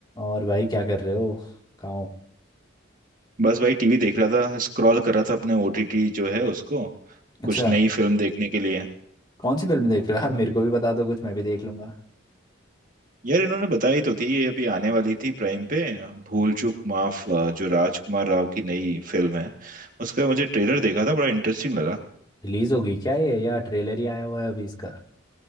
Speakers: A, on the left (about 20°); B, on the right (about 40°).
A: और भाई क्या कर रहे हो कहाँ हो
B: बस भाई टीवी देख रहा था स्क्रॉल कर रहा था अपने ओटीटी जो है उसको
A: अच्छा
B: कुछ नई फिल्म देखने के लिए
A: कौन सी फिल्म देख रहे हो यार मेरे को भी बता दो कुछ मैं भी देख लूंगा
B: यार इन्होंने बताई तो थी ये अभी आने वाली थी प्राइम पे भूल चूक माफ अ, जो राजकुमार राव की नई फिल्म है उसका मुझे ट्रेलर देखा था बड़ा इंटरेस्टिंग लगा
A: रिलीज होगी क्या ये या ट्रेलर ही आया हुआ है अभी इसका